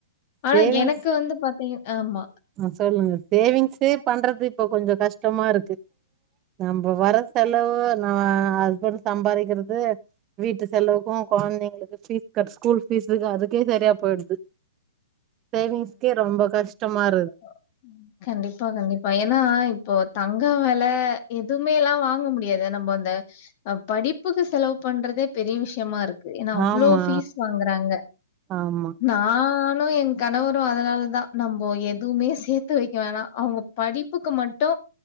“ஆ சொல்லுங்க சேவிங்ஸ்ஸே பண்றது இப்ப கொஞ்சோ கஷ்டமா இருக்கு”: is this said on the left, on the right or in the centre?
Right